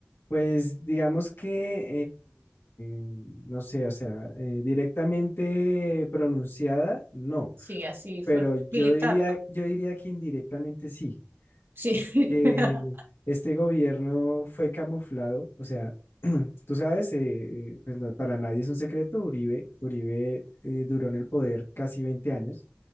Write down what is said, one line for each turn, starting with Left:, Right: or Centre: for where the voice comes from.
Left: Pues digamos que, eh, no sé, o sea, eh, directamente pronunciada, no,
Right: Sí, así
Left: pero
Right: fue
Left: yo
Right: militar,
Left: diría,
Right: ¿no?
Left: yo diría que indirectamente sí,
Right: Sí,
Left: porque
Right: <laughs>
Left: este gobierno fue camuflado, o sea, <clears throat> tú sabes, eh, eh, pues no- para nadie es un secreto, Uribe, Uribe eh, duró en el poder casi 20 años,